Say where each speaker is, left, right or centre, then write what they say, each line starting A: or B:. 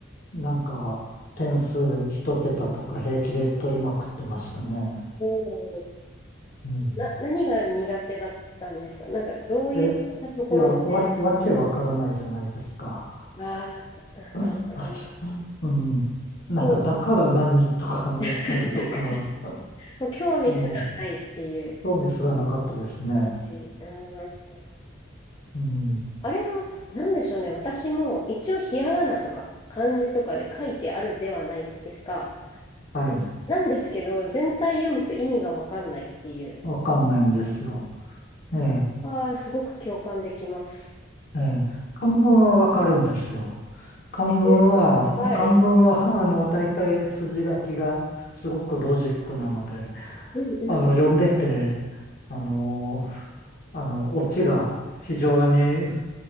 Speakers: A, on the left; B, on the left.
A: う、なんか、点数一桁とか平気で取りまくってましたね。
B: おー
A: うん。
B: な、何が苦手だったんですかなんか、どういったところで、
A: え、いや、わ、わけわからないじゃないですか。
B: ああ、
A: あ、
B: うんうんうん
A: あじゃあ、うん。なんか、
B: こう、
A: だから何とか思ったりとか、
B: <laughs> なんかもう興味すらないっていう。
A: ええ、興味すらなかったですね。
B: なんうん
A: うん。
B: あれは、なんでしょうね。私も一応ひらがなとか漢字とかで書いてあるではないですか。
A: はい。
B: なんですけど、全体読むと意味がわかんないっていう。
A: わかんないんですよ。
B: そこはすごく共感できます。
A: ええ、ええ。漢文はわかるんですよ。漢文は、
B: えーはい。
A: 漢文は、あの、大体筋書きがすごくロジックなので、
B: うんうん。
A: あの、読んでて、あの、あの、オチが非常に